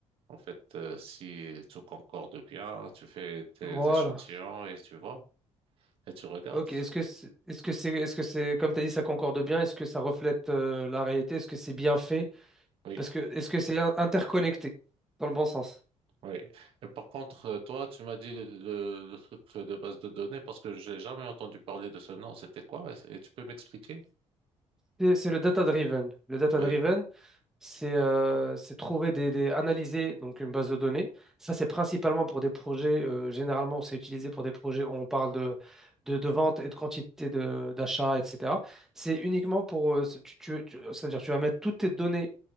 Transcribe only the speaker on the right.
En fait, euh, si tout concorde bien, tu fais tes
échantillons et tu vois, et tu regardes.
Oui.
Oui. Et par contre, euh, toi, tu m'as dit le, le- le truc de base de données parce que j'ai jamais entendu parler de ce nom. C'était quoi? Et et tu peux m'expliquer?
Oui.